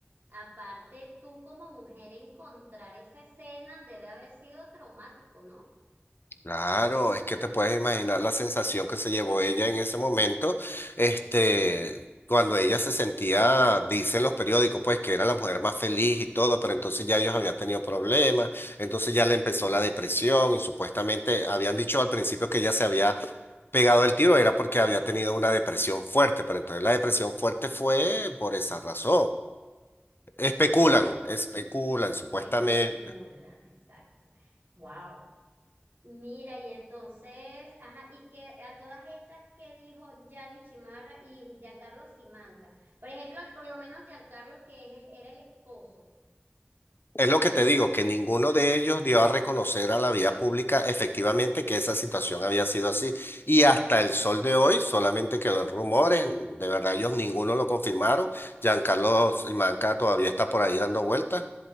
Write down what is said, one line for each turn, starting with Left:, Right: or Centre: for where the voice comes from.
Right: aparte tú como mujer encontrar esa escena debe haber sido traumático, ¿no?
Left: Claro, es que te puedes imaginar la sensación que se llevó ella en ese momento, este, cuando ella se sentía, dicen los periódicos, pues que era la mujer más feliz y todo, pero entonces ya ellos habían tenido problemas, entonces ya le empezó la depresión y supuestamente habían dicho al principio que ella se había pegado el tiro, era porque había tenido una depresión fuerte, pero entonces la depresión fuerte fue por esa razón. Especulan, especulan
Right: Espe-
Left: supuestamente.
Right: especulan, exacto. Wow. Mira, y entonces, ajá, y que a todas estas que dijo Gianni Chimarra y Giancarlo Simanca. Por ejemplo, por lo menos Giancarlo, que es el, era el esposo.
Left: Es lo que te digo, que ninguno de ellos dio a reconocer a la vía pública efectivamente que esa situación había sido así. Y hasta el sol de hoy solamente quedó en rumores. De verdad, ellos ninguno lo confirmaron. Giancarlo Simanca todavía está por ahí dando vueltas.